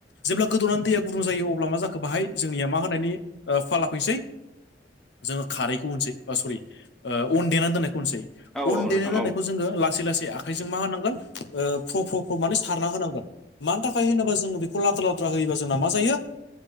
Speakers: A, on the left; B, in the centre.
A: जेब्ला गोदौनानै दैया गुदुं जायो अब्ला मा जाखो बाहाय जोंनिया मा होननि फाला फैसै जोङो खारैखौ होनसै ओ सरि ओ अन देनानै दोननायखौ होननोसै
B: औ
A: अन
B: औ नोंथां
A: देनानै दोननायखौ
B: औ
A: जोङो लासै लासै सै आखाइजों मा होनांगोन ओ प्र प्र प्र माने सारना होनांगोन। मानि थाखाय होनोबा जोङो बेखौ लादुरा लादुरा होयोबा जों मा जायो